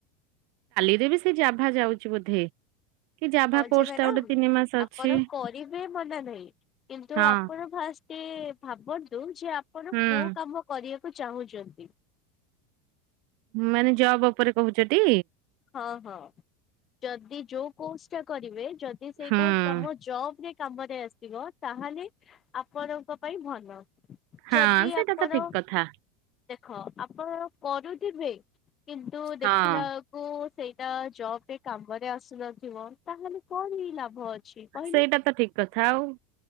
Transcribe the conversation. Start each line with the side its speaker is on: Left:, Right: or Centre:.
Right: ଏବେ ବି ସେଇ ଜାଭା ଯାଉଛି ବୋଧେ। କି ଜାଭା
Left: ହଁ
Right: କୋର୍ସ
Left: ଯେ ମ୍ୟାଡ଼ାାମ
Right: ଟା ଗୋଟେ ତିନି ମାସ ଅଛି
Left: ଆପଣ କରିବେ ମନା ନାହିଁ କିନ୍ତୁ
Right: ହଁ
Left: ଆପଣ ଫାଷ୍ଟ ତେ ଭାବନ୍ତୁ ଯେ ଆପଣ
Right: ହୁଁ।
Left: କୋଉ କାମ କରିବାକୁ ଚାହୁଁଛନ୍ତି?
Right: ମାନେ ଜବ୍ ଉପରେ କହୁଛ ଟି?
Left: ହଁ ହଁ ଯଦି ଯୋଉ କୋର୍ସ ଟା କରିବେ। ଯଦି ସେଇଟା
Right: ହୁଁ।
Left: ତମ ଜବ ରେ କାମରେ ଆସିବ। ତାହେଲେ ଆପଣଙ୍କ ପାଇଁ ଭଲ
Right: ହଁ
Left: ଯଦି
Right: ସେଇଟା
Left: ଆପଣ
Right: ତ ଠିକ କଥା
Left: ଦେଖ ଆପଣ କରୁଥିବେ କିନ୍ତୁ
Right: ହଁ
Left: ଦେଖିଲା ଉଁ ସେଇଟା ଜବ ରେ କାମରେ ଆସୁନଥିବ ତାହେଲେ କଣ ହେଇ ଲାଭ ଅଛି? କହିଲେ?
Right: ସେଇଟା ତ ଠିକ କଥା ଆଉ।